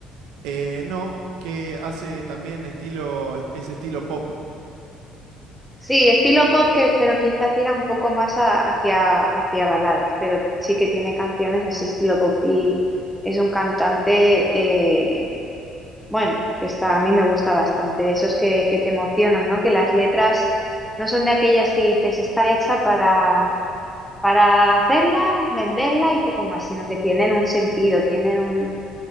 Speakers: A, on the right; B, in the centre.
A: Eh, no, que hace también estilo, ese estilo pop.
B: Sí, estilo pop, que, pero quizá tira un poco más a- hacia, hacia baladas, pero sí que tiene canciones así estilo pop y es un cantante, eh, bueno, que está, a mí me gusta bastante, de esos que, que te emocionan, ¿no? Que las letras no son de aquellas que dices, está hecha para, para hacerla, venderla y poco más, sino que tienen un sentido, tienen un,